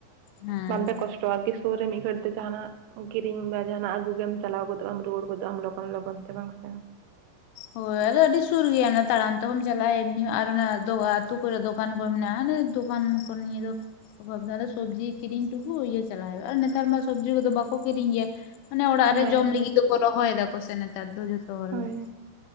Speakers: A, on the left (about 85°); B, on the right (about 80°).
A: ᱦᱮᱸ
B: ᱵᱟᱝ ᱯᱮ ᱠᱚᱥᱴᱚᱜᱼᱟ, ᱟᱨᱠᱤ ᱥᱩᱨ ᱨᱮ ᱢᱤᱫ ᱜᱷᱟᱹᱲᱤᱡ ᱛᱮ ᱡᱟᱦᱟᱱᱟᱜ ᱠᱤᱨᱤᱧ ᱵᱟ ᱡᱟᱦᱟᱱᱟᱜ ᱟᱹᱜᱩ ᱜᱮᱢ ᱪᱟᱞᱟᱣ ᱜᱚᱫᱚᱜᱼᱟᱢ, ᱨᱩᱣᱟᱹᱲ ᱜᱚᱫᱚᱜᱼᱟᱢ ᱞᱚᱜᱚᱱ ᱞᱚᱜᱚᱱ ᱛᱮ ᱵᱟᱝ ᱥᱮ ᱾
A: ᱦᱳᱭ ᱟᱞᱮ ᱟᱹᱰᱤ ᱥᱩᱨ ᱜᱮᱭᱟ, ᱛᱟᱲᱟᱢ ᱛᱮᱦᱚᱢ ᱪᱟᱞᱟᱜᱼᱟ, ᱮᱢᱱᱤ ᱦᱚᱸ ᱟᱨ ᱚᱱᱟ ᱫᱚ ᱟᱹᱛᱩ ᱠᱚᱨᱮ ᱫᱚ ᱾ ᱫᱚᱠᱟᱱ ᱠᱚ ᱢᱮᱱᱟᱜ-ᱟ᱾ ᱫᱚᱠᱟᱱ ᱠᱚ ᱱᱤᱭᱮ ᱫᱚ ᱚᱵᱷᱟᱵᱫᱟ ᱨᱮ ᱥᱚᱵᱽᱡᱤ ᱠᱤᱨᱤᱧ ᱴᱩᱠᱩ ᱤᱭᱟᱹ ᱪᱟᱞᱟᱜ ᱦᱩᱭᱩᱜᱼᱟ᱾ ᱟᱨ ᱱᱮᱛᱟᱨ ᱢᱟ ᱥᱚᱵᱽᱡᱤ ᱠᱚᱫᱚ ᱵᱟᱠᱚ ᱠᱤᱨᱤᱧ ᱜᱮᱭᱟ ᱾ ᱢᱟᱱᱮ ᱚᱲᱟᱜ
B: ᱦᱮᱸ
A: ᱨᱮ ᱡᱚᱢ ᱞᱟᱹᱜᱤᱫ ᱫᱚᱠᱚ ᱨᱚᱦᱚᱭ ᱫᱟ ᱠᱚ ᱥᱮ ᱱᱮᱛᱟᱨ ᱫᱚ ᱡᱷᱚᱛᱚ ᱦᱚᱲ
B: ᱦᱳᱭ
A: ᱜᱮ ᱾